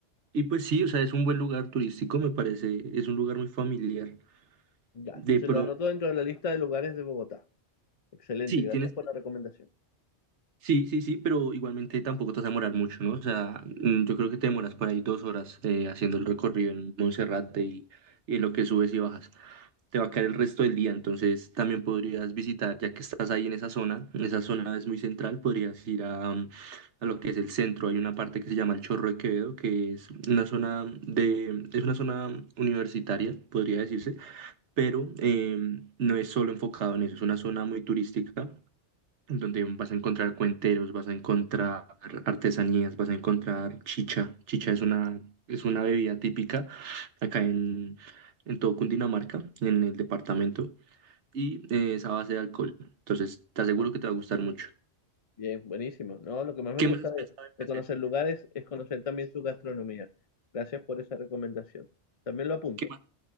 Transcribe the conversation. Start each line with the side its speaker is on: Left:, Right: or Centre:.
Right: y pues sí, o sea, es un buen lugar turístico, me parece, es un lugar muy familiar.
Left: Ya,
Right: De
Left: entonces
Right: pronto,
Left: lo anoto dentro de la lista de lugares de Bogotá. Excelente,
Right: sí,
Left: gracias
Right: tienes,
Left: por la recomendación.
Right: sí, sí, sí, pero igualmente tampoco te vas a demorar mucho, ¿no? O sea, mm, yo creo que te demoras por ahí dos horas eh, haciendo el recorrido en Monserrate y y en lo que subes y bajas. te va a caer el resto del día, entonces también podrías visitar, ya que estás ahí en esa zona, en esa zona es muy central, podrías ir a, um, a lo que es el centro, hay una parte que se llama el Chorro de Quevedo, que es una zona de, es una zona universitaria, podría decirse, pero eh, no es solo enfocado en eso, es una zona muy turística, donde vas a encontrar cuenteros, vas a encontrar artesanías, vas a encontrar chicha. Chicha es una, es una bebida típica acá en, en todo Cundinamarca, en el departamento, y eh, es a base de alcohol. Entonces, te aseguro
Left: Ah,
Right: que te va a gustar mucho.
Left: bien, buenísimo. No, lo que más me
Right: ¿Qué
Left: gusta
Right: más has
Left: de,
Right: pensado en
Left: de
Right: hacer?
Left: conocer lugares es conocer también su gastronomía. Gracias por esa recomendación. También lo apunto.
Right: ¿Qué más,